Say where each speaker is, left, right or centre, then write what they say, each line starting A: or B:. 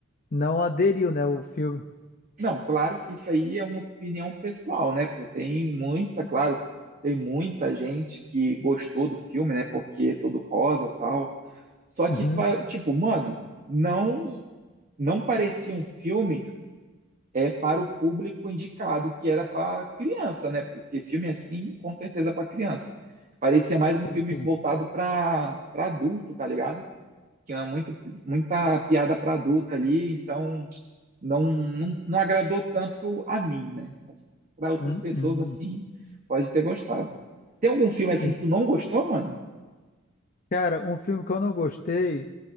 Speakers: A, on the left; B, on the right.
A: não aderiu, né, o filme.
B: Não, claro que isso aí é uma opinião pessoal, né? Pô, tem muita, claro, tem muita gente que gostou do filme, né? Porque é todo rosa, tal. Só
A: Uhum,
B: que, pa- tipo, mano, não não parecia um filme é para o público indicado, que era para criança, né? Porque filme assim, com certeza é para criança. Parecia mais um
A: sim,
B: filme
A: sim.
B: voltado para para adulto, tá ligado? Tinha muito muita piada para adulto ali, então não, não, não agradou tanto a mim, né? Mas para outras
A: Hum,
B: pessoas,
A: hum.
B: assim, pode ter gostado. Tem algum filme assim
A: E,
B: que tu não gostou, mano?
A: cara, um filme que eu não gostei,